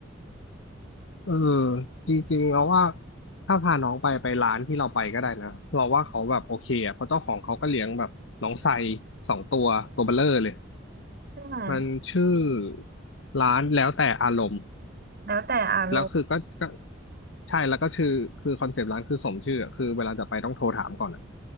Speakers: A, on the left; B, on the right.
A: เออจริงๆเราว่าถ้าพาน้องไปไปร้านที่เราไปก็ได้นะเราว่าเขาแบบโอเคอะเพราะเจ้าของเขาก็เลี้ยงแบบน้องไซสองตัวตัวเบลเลอร์เลย
B: อืม
A: มันชื่อร้านแล้วแต่อารมณ์
B: แล้วแต่อารมณ์
A: แล้วคือก็ก็ใช่แล้วก็ชื่อคือคอนเซปต์ร้านคือสมชื่ออะคือเวลาจะไปต้องโทรถามก่อนอะ